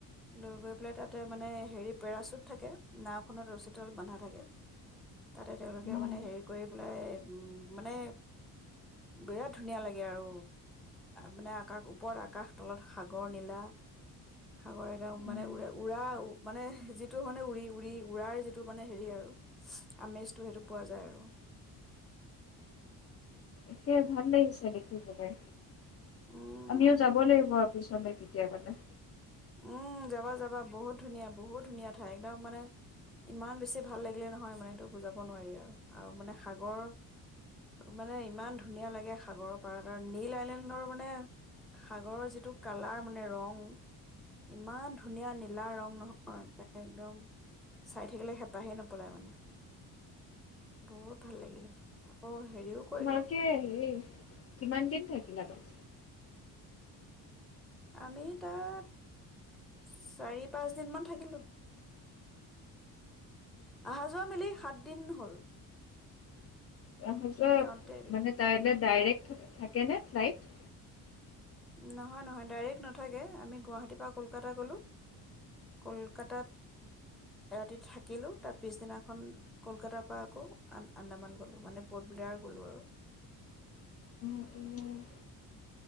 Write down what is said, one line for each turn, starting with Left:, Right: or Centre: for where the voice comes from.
Centre: লৈ গৈ পেলাই তাতে মানে হেৰি পেৰাচুট থাকে নাওখনত ৰচীতলত বন্ধা থাকে তাতে তেওঁলোকে
Left: অ',
Centre: মানে হেৰি কৰি পেলাই মানে বিৰাট ধুনীয়া লাগে আৰু মানে আকাশ ওপৰত আকাশ তলত সাগৰ নীলা। সাগৰ একদম
Left: উম,
Centre: মানে উ-উৰা মানে যিটো মানে উৰি-উৰি উৰাৰ যিটো মানে হেৰি আৰু আমেজটো সেইটো পোৱা যায় আৰু।
Left: তাকে ভাল লাগিছে দেখি পেলাই।
Centre: উম
Left: আমিও যাব লাগিব আৰু পিছলৈকে দে পান
Centre: উম, যাবা-যাবা বহুত ধুনীয়া বহুত ধুনীয়া কথা একদম মানে ইমান বেছি ভাল লাগিলে নহয় মানে সেইটো বুজাব নোৱাৰি আৰু। আৰু মানে সাগৰৰ মানে ইমান ধুনীয়া লাগে সাগৰৰ পাৰত আৰু নীল আইলেণ্ডৰ মানে সাগৰৰ যিটো কালাৰ মানে ৰং, ইমান ধুনীয়া নীলা ৰং নহয় একদম চাই থাকিলে হেঁপাহে নপলায় মানে। বহুত ভাল লাগিলে। আকৌ হেৰিও কৰিলো
Left: তোমালোকে হে কিমান দিন থাক <unintelligible>
Centre: আমি তাত চাৰি-পাঁচ দিন মান থাকিলো। অহা যোৱা মিলি সাত দিন হল।
Left: আহা-যোৱা
Centre: যাওঁতে
Left: মানে তাইলে ডাইৰেক্ট থাকে নে ফ্লাইট?
Centre: নহয় নহয় ডাইৰেক্ট নাথাকে আমি গুৱাহাটীৰ পৰা কলকাতা গলো কলকাতাত ৰাতি থাকিলো তাৰ পিছদিনাখন কলকাতাৰ পৰা আকৌ আন্দা আন্দামান গলো মানে পৰ্ট ব্লেয়াৰ গলো আৰু
Left: অ', অ',